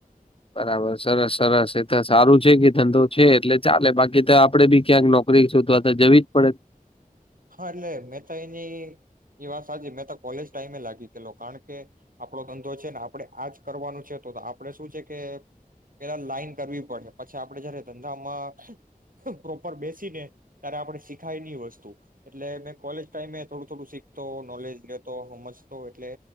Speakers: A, on the left (about 40°); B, on the right (about 70°).
A: બરાબર સરસ-સરસ એ તો સારું છે કે ધંધો છે. એટલે ચાલે બાકી તો આપડે બી ક્યાંક નોકરી શોધવા તો જવી જ પડે.
B: હ, એટલે મેં તો એની એ વા સા જે મેં તો કોલેજ ટાઈમે લાગી કે લો કાણ કે આપડો ધંધો છે ને આપડણે આજ કરવાનો છે તો આપડણે શું છે કે પેલા લાઈન કરવી પડે, પછી આપડે જયારે ધંધામાં પ્રોપર બેસીને ત્યારે આપણે શીખાયની વસ્તુ. એટલે મેં કોલેજ ટાઈમે થોડું થોડું શીખતો નોલેજ લેતો હમજતો, એટલે